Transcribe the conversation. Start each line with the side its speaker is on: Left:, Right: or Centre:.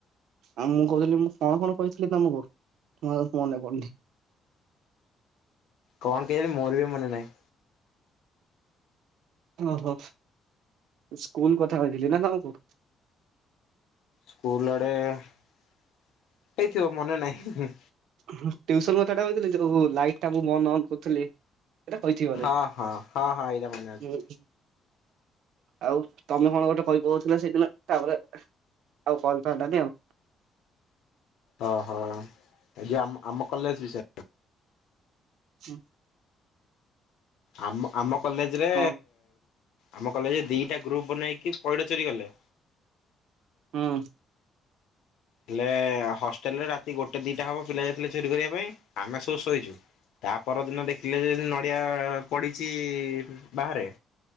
Right: ଆଉ ମୁଁ କହୁଥିଲି ମୁଁ କଣ କଣ କହିଥିଲି ତମକୁ ମୋର ଆଉ ମନେ ପଡୁନି।
Left: କଣ କେଜାଣି ମୋର ବି ମନେ ନାହିଁ।
Right: ଓହୋ ସ୍କୁଲ କଥା କହିଥିଲି ନା ତମକୁ?
Left: ସ୍କୁଲ ଆଡେ ହେଇଥିବ ମନେ ନାହିଁ।
Right: ଟିୟୁସନ୍ କଥାଟା କହିଥିଲ ଯୋଉ ଲାଇଟ ଟା ମୁଁ ବନ୍ଦ ଅନ୍ କରୁଥିଲି। ସେଇଟା କହିଥିବି ବୋଧେ
Left: ହଁ ହଁ ହଁ ହଁ ଏଇଟା ମନେ ଅଛି।
Right: ହୁଁ, ଆଉ ତମେ କଣ ଗୋଟେ କହିପକଉଥିଲ ସେଇଦିନ ତାପରେ ଆଉ କଲ ତ ହେଲାନି ଆଉ
Left: ଓହୋ ଯୁ ଆମ ଆମ କଲେଜ ବିଷୟ
Right: ହୁଁ।
Left: ଆମ ଆମ କଲେଜରେ
Right: ହଁ
Left: ଆମ କଲେଜରେ ଦିଟା ଗ୍ରୁପ ବନେଇକି ପଇଡ ଚୋରି କଲେ।
Right: ହୁଁ।
Left: ହେଲେ ହଷ୍ଟେଲରେ ରାତି ଗୋଟେ ଦିଟା ହବ ପିଲା ଯାଇଥିଲେ ଚୋରି କରିବା ପାଇଁ ଆମେ ସବୁ ଶୋଇଛୁ। ତା ପରଦିନ ଦେଖିଲେ ଯେ ନଡିଆ ପଡିଛି ବାହାରେ।